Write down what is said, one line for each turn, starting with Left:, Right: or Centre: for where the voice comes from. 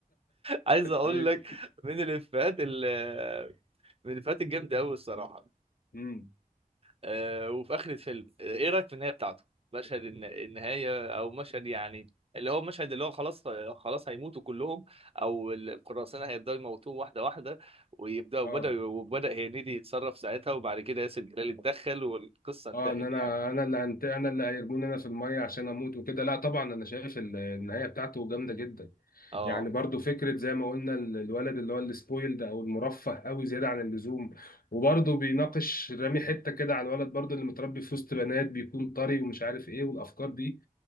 Right: عايز اقول
Left: أيوه
Right: لك من الافيهات ال- من الافيهات الجامده قوي الصراحه
Left: مم.
Right: آه، وفي اخر الفيلم آه، ايه رايك في النهايه بتاعته مشهد الن- النهايه او مشهد يعني اللي هو مشهد اللي هو خلاص خلاص هيموتوا كلهم او ال- القراصنه هيبداوا يموتوهم واحده واحده ويبداوا
Left: اه
Right: وبدا وبدا هنيدي يتصرف ساعتها وبعد كده ياسر جلال اتدخل والقصه انتهت
Left: اه ان انا
Right: يعني
Left: انا اللي هنت... انا اللي هيرموني انا في الميه عشان اموت وكده لا طبعا انا شايف ال- النهايه بتاعته جامده جدا
Right: اه
Left: يعني برضو فكره زي ما قلنا ال- الولد اللي هو السبويلد او المرفه قوي زياده عن اللزوم وبرضو بيناقش رامي حته كده على الولد برضو اللي متربي في وسط بنات بيكون طري ومش عارف ايه والافكار دي